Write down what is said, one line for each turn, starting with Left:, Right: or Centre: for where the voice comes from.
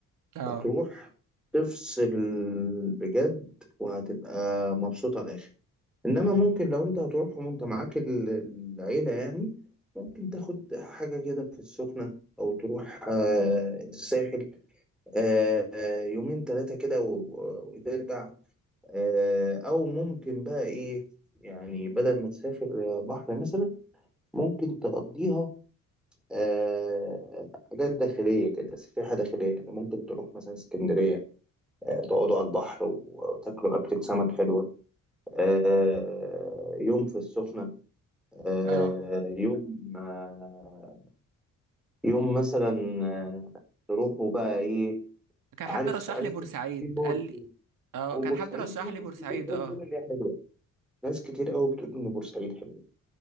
Right: اه
Centre: هتروح تفصل بجد وهتبقى مبسوط على الاخر انما ممكن لو انت هتروح وانت معاك ال- العيله يعني ممكن تاخد حاجه كده في السخنه او تروح آه، الساحل آه، آه، يومين ثلاثه كده و- وترجع آه، او ممكن بقى ايه يعني بدل ما تسافر بحر مثلا ممكن تقضيها آه، حاجات داخليه كده سياحه داخليه يعني ممكن تروح مثلا اسكندريه آه، تقعدوا على البحر وتاكلوا اكله سمك حلوه آه، يوم في السخنه آه،
Right: اه
Centre: يوم آه، يوم مثلا آه، تروحوا بقى ايه
Right: كان
Centre: عارف
Right: حد رشح
Centre: عارف
Right: لي بورسعيد
Centre: في بور-
Right: قال لي اه
Centre: وبورسعيد
Right: كان حد رشح
Centre: في
Right: لي
Centre: ناس
Right: بورسعيد
Centre: كتير قوي
Right: اه
Centre: بتقول ان هي حلوه ناس كتير قوي بتقول ان بورسعيد حلوه